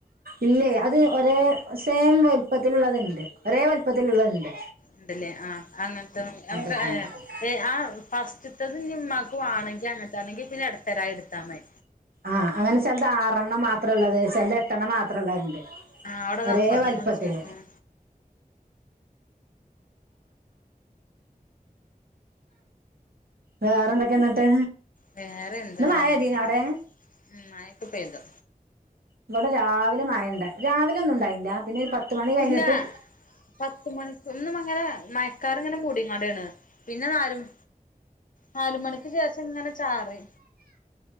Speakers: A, on the right; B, on the left.
A: ഇല്ലേ അത് ഒരേ സേമ് വെല്പ്പത്തില്ള്ളത്ണ്ട് ഒരേ വെൽപ്പ ത്തില്ള്ളത്ണ്ട്.
B: ഇണ്ട്ല്ലേ ആഹ് അങ്ങൻത്തം ന്നമ്ക്ക്
A: എടുത്താൽ
B: എ
A: മതി
B: ഏ ആ ഫസ്റ്റ്ത്തത് ഇന്നിമ്മാക്ക് വാണെ. ഇജി അങ്ങനത്താണങ്കിൽ പിന്നെ എടുത്തരായിടുത്താ മതി.
A: ആഹ അങ്ങനെ ചെലത് ആറെണ്ണം മാത്രം ഇള്ളത് ചെലത് എട്ടെണ്ണം മാത്രം ഇള്ളണ്ട്.
B: ആ അവിടെ അത്
A: ഒരേ
B: അപ്പുറത്ത്ന്ന്
A: വല്പത്തിൽ.
B: ഒച്ച കേൾക്കണു
A: വേറെന്തൊക്കെ എന്നിട്ട്.
B: വേറെന്താ
A: ഇന്ന് മഴ
B: അങ്ങനെ
A: പെയ്തീനോ
B: പോണു
A: അവിടെ
B: മയൊക്കെ പെയ്തു.
A: ഇവിടെ രാവിലെ മയണ്ട്‌ രാവിലെ ഒന്നും ഉണ്ടായില്ല പിന്നെ ഒരു പത്ത്. മണി കഴിഞ്ഞിട്ടും
B: ഇല്ലാ പത്ത്മണിക്കും ന്നും അങ്ങനെ മയക്കാറ് ഇങ്ങനെ മൂടിങ്ങാണ്ടേന്ന്. പിന്നെ ന്നാല്മ നാല്മണിക്ക് ശേഷം ഇങ്ങനെ ചാറി.